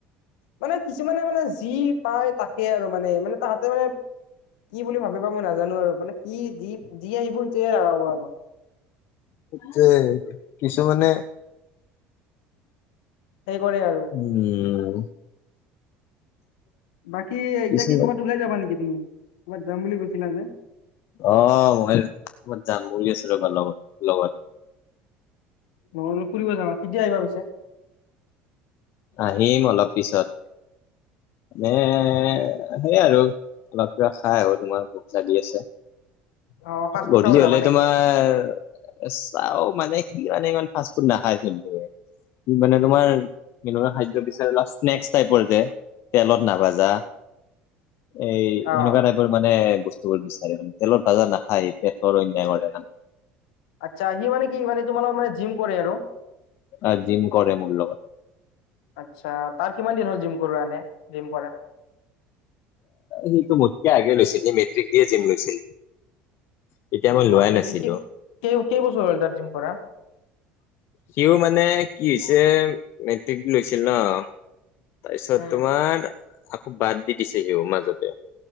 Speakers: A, on the left; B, on the left.
A: মানে কিছুমানে মানে যি পায় তাকে আৰু মানে মানে তাহাতে মানে কি বুলি ভাবিবা মই নাজানো আৰু মানে কি যি যি আহিব সিটোয়ে লগাব আৰু।
B: যে কিছুমানে
A: সেই কৰে আৰু।
B: উম।
A: বাকী এতিয়া
B: কিছুমানে
A: কি কবাত ওলাই যাবা নেকি তুমি কবাত যাম বুলি গৈছিলা যে।
B: অ' মই কবাত যাম বুলি আছো ৰ'বা লগত লগত।
A: নহলে ফুৰিব যাবা কেতিয়া আহিবা পিছে।
B: আহিম অলপ পিছত এ সেই আৰু অলপ কিবা খাই আহো তোমাৰো ভোক লাগি আছে।
A: অ' ফাষ্ট ফুড
B: গধুলি
A: খাব
B: হলে
A: যাবা নেকি?
B: তোমাৰ চাও মানে সি মানে ইমান ফাষ্ট ফুড নাখাই চোন তে সি মানে তোমাৰ মিলা খাদ্য বিচাৰ স্নেক্স টাইপৰ যে তেলত নাভাজা এই
A: অ'
B: এনেকুৱা <unintelligible> মানে বস্তুবোৰ বিচাৰে মান তেলৰ ভাজা নাখায় পেটৰ অন্যায় কৰে কাৰণে
A: আচ্ছা সি মানে কি মানে তোমালোক মানে জিম কৰে আৰু।
B: আৰু জিম কৰে মোৰ লগতে।
A: আচ্ছা তাৰ কিমান দিন হল জিম কৰো আনে জিম কৰা।
B: সিটো মোতকে আগে লৈছিল সি মেট্ৰিক দিয়ে জিম লৈছিল। তেতিয়া
A: অ'
B: মই লোৱাই
A: মাইতি
B: নাছিলো
A: কি কি ক কেই বস্তু হ'ল তাৰ্জিম কৰা।
B: সিও মানে কি হৈছে মেট্ৰিক লৈছিল ন। তাৰপিছত
A: উম,
B: তোমাৰ আকৌ বাদ দি দিছে সিও মাজতে